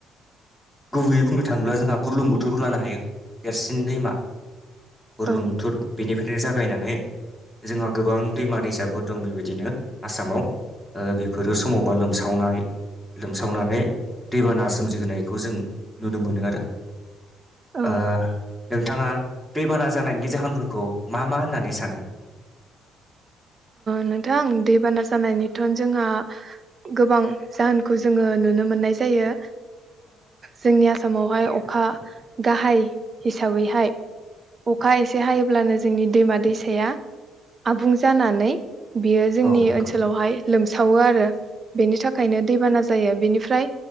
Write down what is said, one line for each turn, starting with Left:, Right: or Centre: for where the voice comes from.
Centre: गुबैयै बुंनो थाङोब्ला जोंहा बुरलुंबुथुरबो लानो हायो देरसिन दैमा। बुरलुंबुथुर
Right: औ
Centre: बेनिफ्रायनो जागायनानै, जोंहा गोबां दैमा दैसाफोर दं बेबायदिनो आसामाव बेफोरो समावबा लोमसावनाय लोमसावनानै दैबाना सोमजिहोनायखौ, जों नुनो मोनो आरो।
Right: औ
Centre: ओ नोंथाङा दैबाना जानायनि जाहोनफोरखौ मा मा होननानै सानो?
Right: नोंथां दैबाना जानायनिथ' जोंहा गोबां जाहोनखौ जोङो नुनो मोननाय जायो जोंनि आसामावहाय अखा गाहाय हिसाबैहाय अखा एसे हायोब्लानो जोंनि दैमा दैसाया आबुं ज जानानै बियो जोंनि
Centre: औ नंगौ
Right: ओनसोलावहाय लोमसावो आरो। बेनि थाखायनो दैबाना जायो । बेनिफ्राय